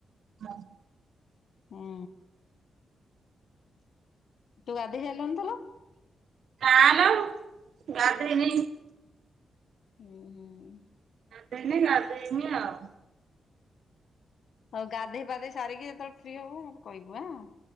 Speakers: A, on the right; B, on the left.
A: ହଁ।
B: ହୁଁ ତୁ ଗାଧେଇ ସାଇଲୁଣି ତ ନାଁ?
A: ନାଁ ମ ଗାଧେଇନି।
B: ଉହୁଁ।
A: ଗାଧେଇନି ଗାଧେଇମି ଆଉ।
B: ହଉ ଗାଧେଇ ପାଧେଇ ସାରିକି ଯେତେବେଳେ ଫ୍ରି ହବୁ କହିବୁ ଆଁ।